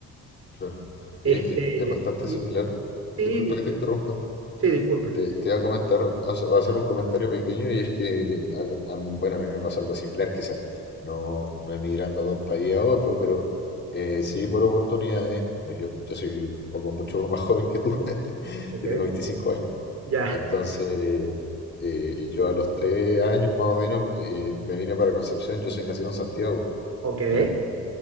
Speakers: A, on the left; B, on the right.
A: Claro.
B: Este,
A: Oye, es, es bastante
B: y-
A: similar. Disculpa
B: sí,
A: que te interrumpa.
B: y- sí, disculpa.
A: Te, te iba a comentar, a s- a hacer un comentario pequeño y es que, eh, acá- a bueno, a mí me pasó algo similar, quizás no, no emigrando de un país a otro, pero eh, sí por oportunidades. Bueno, yo, yo soy un poco mucho <laughs> más joven que tú, <laughs>
B: Ok,
A: yo tengo 25 años.
B: ya,
A: Entonces, eh, yo a los 3 años más o menos eh, me vine para Concepción, yo soy nacido en Santiago,
B: ok.
A: ¿ya?